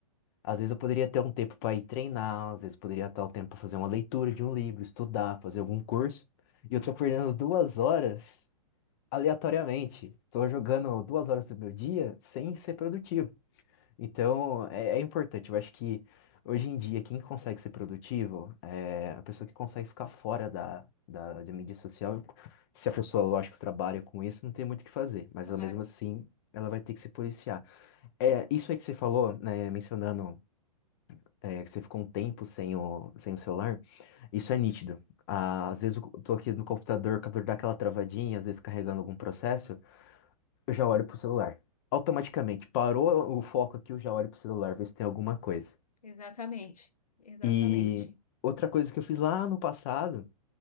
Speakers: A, on the left (about 40°); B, on the left (about 85°).
A: Às vezes eu poderia ter um tempo para ir treinar, às vezes poderia ter o tempo para fazer uma leitura de um livro, estudar, fazer algum curso. E eu tô perdendo duas horas aleatoriamente. Tô jogando duas horas do meu dia sem ser produtivo. Então é, é importante. Eu acho que hoje em dia quem consegue ser produtivo é a pessoa que consegue ficar fora da, da, da mídia social. Se a pessoa, lógico, trabalha com isso, não tem muito o que fazer. Mas
B: Claro,
A: ela mesmo assim, ela vai ter que se policiar. É, isso aí que você falou, né, mencionando é, que você ficou um tempo sem o, sem o celular, isso é nítido. Ah, Às vezes eu tô aqui no computador, o computador dá aquela travadinha, às vezes carregando algum processo, eu já olho pro celular. Automaticamente, parou o foco aqui, eu já olho pro celular, ver se tem alguma coisa.
B: exatamente, exatamente.
A: E outra coisa que eu fiz lá no passado,